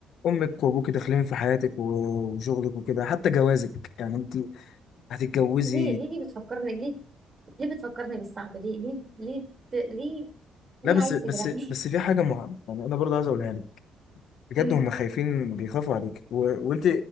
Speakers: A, on the left; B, on the right.
A: امك وابوك داخلين في حياتك و- وشغلك وكده حتى جوازك يعني انت هتتجوزي
B: ليه ليه ليه بتفكرني ليه ليه بتفكرني بالصعب ليه ليه ليه ت- ليه ليه
A: لا بس
B: عايز
A: بس
B: تجرحني
A: بس في حاجه مهمه يعني انا برضه عايز اقولها لك بجد
B: <laughs> مم.
A: هم خايفين بيخافوا عليك و... وانت